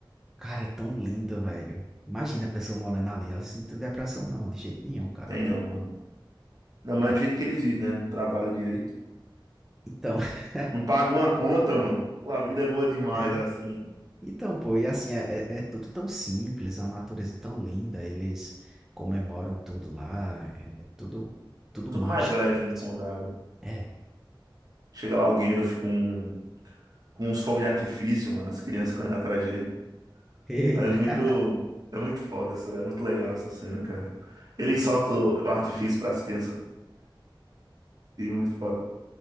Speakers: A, in the centre; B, on the right (about 45°).
A: Cara, é tão lindo, velho. Imagina a pessoa morando ali. Ela não tem depressão, não, de jeito nenhum, cara,
B: Tem
A: ali.
B: não, mano. Ainda mais
A: É,
B: do jeito que eles vivem, né? Não trabalham direito.
A: Então, <laughs>
B: Não pagam uma conta, mano. Pô, a vida é boa demais,
A: é.
B: assim.
A: Então, pô, e assim, é, é, é tudo tão simples, a natureza tão linda, eles comemoram tudo lá, é, é tudo, tudo
B: Tudo
A: mágico
B: mais leve
A: mesmo.
B: no condado.
A: É.
B: Chega lá alguém, eu fico com, com uns fogos de artifício, mano. As crianças correndo atrás dele.
A: Eita,
B: É muito,
A: <laughs>
B: é muito foda essa, é muito legal essa cena, cara. Ele solta o artifício para as crianças, e é muito foda.